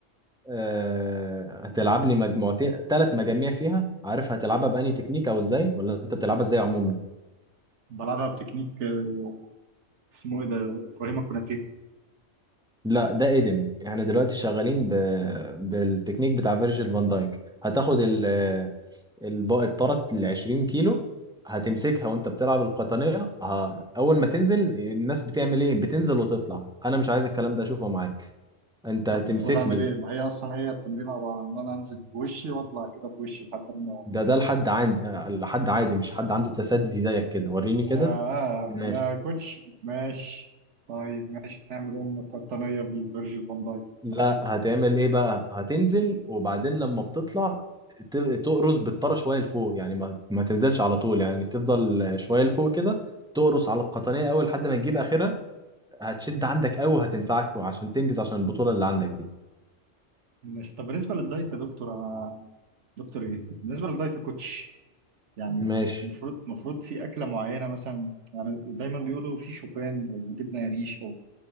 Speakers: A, in the centre; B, on the right.
A: آه هتلعب لي مجموعتين ثلاث مجاميع فيها عارف هتلعبها بأني تكنيك أو إزاي ولا أنت بتلعبها إزاي عموما
B: بلعبها بتكنيك آه، اسمه ايه ده ابراهيم كوناتيه
A: لا ده قدم احنا دلوقتي شغالين ب... بالتكنيك بتاع فيرجيل فان دايك هتاخد ال... الب... الطرت ال 20 كيلو هتمسكها وانت بتلعب القطنية ه... اول ما تنزل الناس بتعمل ايه بتنزل وتطلع انا مش عايز الكلام ده اشوفه معاك انت هتمسك
B: طب المفروض اعمل
A: لي
B: ايه ما هي اصلا هي التمرين عباره عن ان انا انزل بوشي واطلع كده بوشي لحد ما
A: ده ده لحد عندي لحد عادي مش حد عنده تسدي زيك كده وريني كده
B: يا
A: ماشي
B: يا كوتش ماشي طيب ماشي نعمل ام قطنيه بالفيرجيل فان دايك
A: لا
B: بعدين
A: هتعمل ايه بقى هتنزل وبعدين لما بتطلع ت- تقرص بالطرى شويه لفوق يعني ما, ما تنزلش على طول يعني تفضل شويه لفوق كده تقرص على القطنيه اول لحد ما تجيب اخرها هتشد عندك قوي وهتنفعك عشان تنجز عشان البطوله اللي عندك دي
B: ماشي طب بالنسبه للدايت يا دكتور انا دكتور ايه بالنسبه للدايت يا كوتش يعني
A: ماشي
B: المفروض المفروض في أكلة معينة مثلا يعني دايما بيقولوا في شوفان أو جبنة قريش أو